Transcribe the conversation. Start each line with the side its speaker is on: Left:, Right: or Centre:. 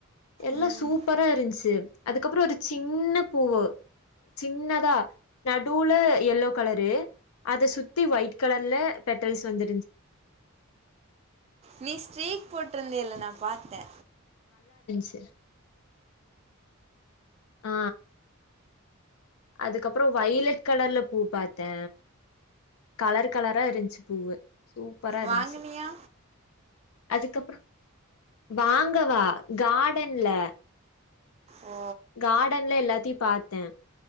Left: எல்லா
Right: ம்
Left: சூப்பரா இருந்ச்சி அதுக்கப்புறோ ஒரு சின்ன பூவு சின்னதா நடுவுல எல்லோ கலரு அத சுத் த்தி ஒய்ட் கலர்ல பெட் ட்டல்ஸ் வந்துருஞ்ச்
Right: நீ ஸ்டிரி போட்டிருந்தேல்ல நா பாத்தே
Left: சி ஆ அதுக்கப்புறோ ஒய்லட் கலர்ல பூ பாத்தே கலர் கலரா இருந்துச்சி பூவு சூப்பரா இருந்துச்சி
Right: வாங்குனியா
Left: அதுக்கப்புறோ வாங்கவா கார்டன்ல
Right: ஓ
Left: கார்டன்ல எல்லாதியு பாத்தே